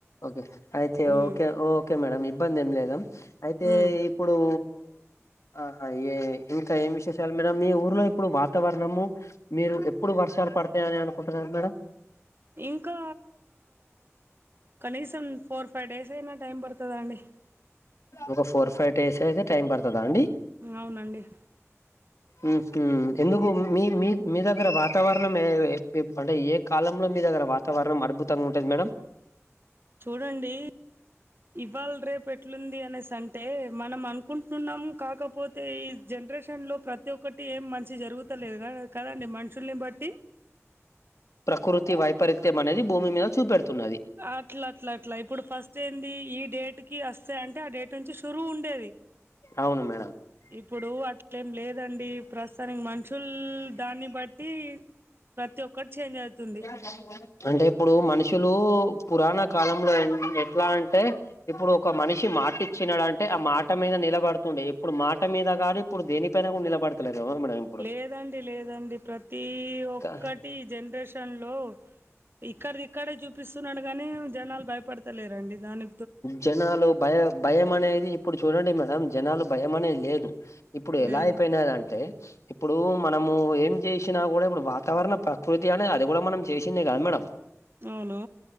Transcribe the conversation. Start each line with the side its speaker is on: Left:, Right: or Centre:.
Left: ఓకే అయితే
Right: ఉమ్
Left: ఓకే ఓకే మేడం ఇబ్బంది ఏం లేదా అయితే
Right: ఉమ్
Left: ఇపుడు ఆహ ఇంకా ఏం విశేషాలు మెడం మీ ఊర్లో ఇప్పుడు వాతావరణము మీరు ఎప్పుడు వర్షాలు పడతాయని అనుకుంటున్నారు మేడం
Right: ఇంకా కనీసం ఫోర్ ఫైవ్ డేస్ అయినా టైం పడుతదండి
Left: ఒక ఫోర్ ఫైవ్ డేస్ అయితే టైం పడతదా అండి
Right: అవునండి
Left: ఉహు ఎందుకు మీ మీ మీ దగ్గర వాతావరణం ఏ అంటే ఏ కాలంలో మీదగ్గర వాతావరణం అద్భుతంగా ఉంటది మేడం
Right: చూడండి ఇవ్వాల రేపు ఎట్లుంది అనేసి అంటే మనం అనుకుంటున్నాం కాకపో తే ఈ జనరేషన్లో ప్రతి ఒక్కటి ఏం మంచిగా జరుగుతలేదు కదండి మనుషుల్ని బట్టి
Left: ప్రకృతి వైపరీత్యం అనేది భూమి మీద చూపెడుతున్నది
Right: అట్లా అట్లా అట్లా ఇప్పుడు ఫస్ట్ ఏంది ఈ డేట్కి వస్తయి అంటే ఆ డేట్ నుంచి షురు ఉండేది
Left: అవును మేడం
Right: ఇప్పుడు అట్లేం లేదండి ప్రస్తుతానికి మనుషుల్ దాన్ని బట్టి ప్రతి ఒక్కటీ చేంజ్ అవుతుంది
Left: ఆవును కదా అంటే ఇప్పుడు మనుషులు పురాణ కాలంలో ఎట్లా అంటే ఇప్పుడు ఒక మనిషి మాట ఇచ్చినడంటే ఆ మాట మీద నిల బడుతుండే ఇప్పుడు మాట మీద కాదు ఇప్పుడు దేనిపైన కూడా నిలబడతలే మేడం ఇప్పుడు
Right: లేదండి లేదండి ప్రతి ఒక్కటి
Left: కా
Right: ఈ జనరేషన్ లో ఇక్కది ఇక్కడే చూపిస్తున్నాడు గాని జనాలు భయపడతలేరండి దాని
Left: జనాలు భయ భయం అనేది ఇప్పుడు చూడండి మేడం జనాలు భయం అనేది లేదు ఇప్పుడు ఎలా
Right: లేదు
Left: అయిపోయినాదంటే ఇప్పుడు మనము ఏం చేసినా కూడా ఇప్పుడు వాతావరణ ప్రకృతి అనే అది కూడా మనం చేసిందె కదా మేడం
Right: అవును